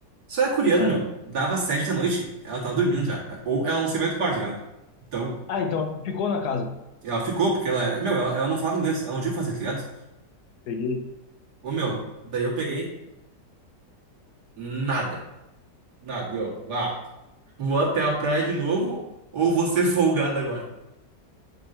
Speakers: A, on the right; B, on the left.
A: Só é coreano,
B: Cara.
A: meu. Dava sete da noite, ela tava dormindo já. Ou ela não sei mais do quarto, tá ligado? Então,
B: Ah, então ficou na casa.
A: Ela ficou, porque ela era. Meu, ela, ela não falava inglês, ela não tinha o que fazer, tá ligado?
B: Peguei.
A: Ô, meu, daí eu peguei nada. Nada. E eu, vá, vou até a praia de novo, ou vou ser folgado agora.